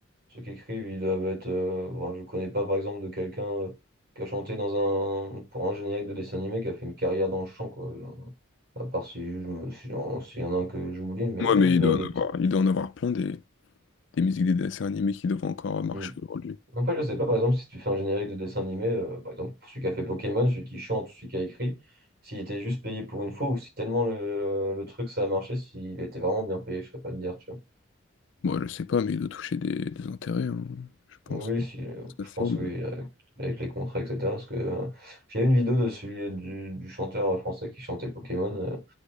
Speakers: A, on the right; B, on the left.
A: Ceux qui écrivent, ils doivent être. euh, bon, je connais pas, par exemple, de quelqu'un euh, qui a chanté dans un, pour un générique de dessin animé qui a fait une carrière dans le chant, quoi. Je- À part si je me- si j'en- s'il y en a un que j'oublie, mais
B: Ouais, mais
A: là,
B: il doit
A: de...
B: en avoir, il doit en avoir plein des, des musiques des dessins animés qui doivent encore marcher
A: Hum.
B: aujourd'hui.
A: Après, je sais pas, par exemple, si tu fais un générique de dessin animé, euh, par exemple, celui qui a fait Pokémon, celui qui chante, celui qui a écrit, s'il était juste payé pour une fois ou si tellement le, le truc ça a marché, s'il était vraiment bien payé, je serais pas de dire, tu vois.
B: Moi, je sais pas, mais il doit toucher des, des intérêts, hein, je pense.
A: Oui, si, euh,
B: Parce que
A: je
B: c'est-
A: pense oui, avec, avec les contrats, etc. Parce que euh, j'ai vu une vidéo de celui du, du chanteur français qui chantait Pokémon. euh,